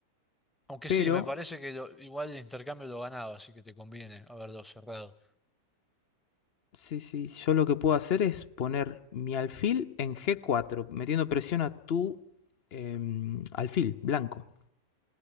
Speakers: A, in the centre; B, on the left.
A: Aunque
B: pero
A: sí, me parece que lo- igual el intercambio lo ganaba, así que te conviene haberlo cerrado.
B: sí, sí, yo lo que puedo hacer es poner mi alfil en g cuatro metiendo presión a tu em, alfil blanco.